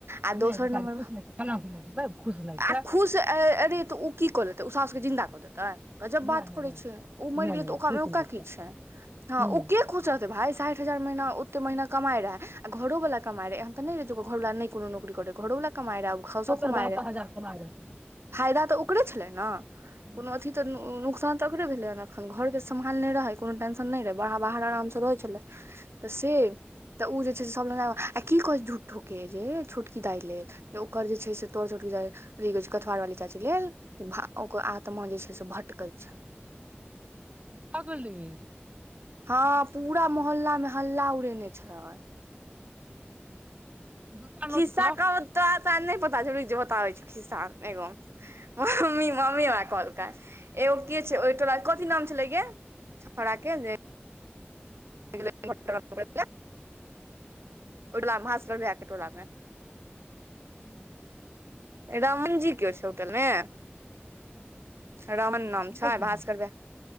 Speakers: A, on the right (about 75°); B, on the right (about 35°).
A: आ
B: नहि
A: दोसर
B: बेचारी
A: नंबर
B: खुश नहि छै कलंक नहि छै खुश नहि
A: आ
B: छै
A: खुश ए अरे तऽ ओ की कऽ देेतै ओ सास क जिन्दा कऽ देतै जब बात
B: नहि नहि
A: करै
B: नहि
A: छै ओ मरि
B: नहि
A: गेलै
B: नहि
A: तऽ ओक
B: खुश
A: मेका
B: नहि
A: की छै हँ
B: हूँ
A: ओ के <unintelligible> खुच रहतै भाय साठि हजार महीना ओते महीना कमाय रहै आ घरोवला कमाय रहै एहन तऽ नहि रहै जे ओकर घरवाला नहि कोनो नौकरी करै घरोवला कमाय रहै घसो
B: सत्तर
A: कमाय
B: बहत्तर हजार कमाय रहथिन
A: फायदा तऽ ओकरे छलै ने
B: हम्म
A: कोनो अथी तऽ नुकसान तऽ ओकरे भेलै ह ने एखन घरके सम्हाल नहि रहै कोनो टेंशन नहि रहै ब बाहर आरामसँ रहै छलै तऽ से तऽ ओ जे छै से सभ लग आ की कहै झूठोकके जे छोटकी दाई लेल ओकर जे छै से तोड़ चोटकी अथी कह छै कथवार वाली चाची क लेल जे भ ओकर आत्मा जे छै से भटकै छै
B: भगलै
A: हँ पूरा मोहल्ला में हल्ला उड़ेने छल
B: दूटा
A: खिस्सा
B: नोत तऽ
A: क तो त नहि पता बताबै छै खिस्सा एगो मम्मी मम्मी हमरा कहलकै एगो के छै ओहि टोला कथी नाम छेलै गे छौड़ा के वे <unintelligible> ओटलाकर भके टोलामे
B: हूँ
A: रामण जी के हो छै होटल मे रामन नाम
B: नहि
A: छै
B: छलै
A: भकर